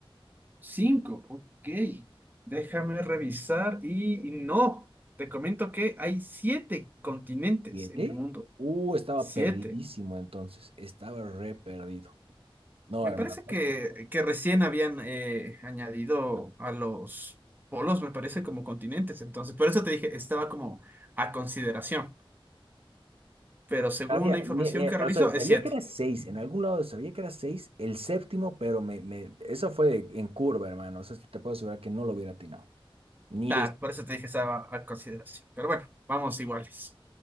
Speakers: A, on the right (about 20°); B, on the right (about 80°).
A: Cinco, ok. Déjame revisar y y no, te comento que hay siete continentes
B: ¿7?
A: en el mundo.
B: Uh, estaba
A: Siete.
B: perdidísimo entonces. Estaba re perdido. No,
A: Me
B: hermano,
A: parece que,
B: esto.
A: que recién habían eh, añadido a los polos, me parece, como continentes. Entonces, por eso te dije, estaba como a consideración. Pero según
B: Sabía,
A: la información
B: ni- ni-
A: que
B: o
A: reviso,
B: sea, sabía
A: es siete.
B: que era 6. En algún lado sabía que era seis. el séptimo, pero me, me, eso fue en curva, hermano. O sea, te puedo asegurar que no lo hubiera atinado. Ni
A: Claro,
B: de...
A: por eso te dije, estaba a consideración. Pero bueno, vamos iguales.